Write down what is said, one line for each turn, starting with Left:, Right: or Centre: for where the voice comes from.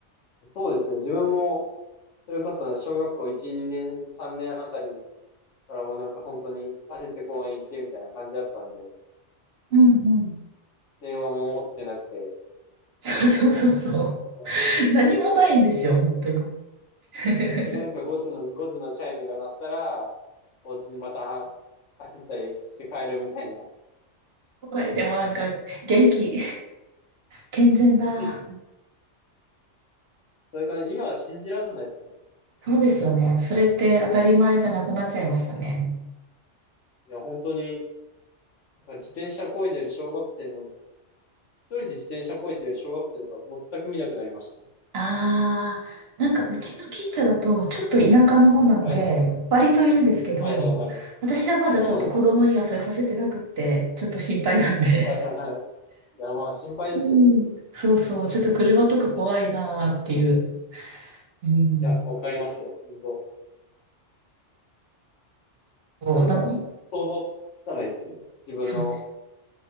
Left: そうですね。自分も、それこそ小学校1、2年、3年あたりからもなんか本当に走って公園行ってみたいな感じだったんで、
Right: うんうん。
Left: 電話も持ってなくて。
Right: <laughs> そうそうそうそう。
Left: って感じだった
Right: 何もないんですよ、本当に。<laughs>
Left: で、なんか5時の、5時のチャイムが鳴ったら、お家にまた走ったりして帰るみたいな。
Right: はいでもなんか、元気、健全だ。
Left: <laughs> それから今は信じらんないですね。
Right: そうですよね。それって当たり前じゃなくなっちゃいましたね。
Left: いや、本当に、なんか自転車漕いでる小学生も、一人で自転車漕いでる小学生とか全く見なくなりましたね。
Right: ああ、なんかうちの近所だと、ちょっと田舎の方なので、
Left: はい。
Right: 割といるんですけど、
Left: はいはいはい。
Right: 私はまだちょっと子供にはそれさせてなくって、
Left: あ、そうなんですね。
Right: ちょっと心配なんで。
Left: はいはいはい。いや、まあ心配ですよね。
Right: うん。そうそう、ちょっと車とか怖いなーっていう。うん。
Left: いや、わかりますよ。本当。
Right: そう、
Left: なんか、
Right: なんか、
Left: 想像つかないですよね。自分の、
Right: そう、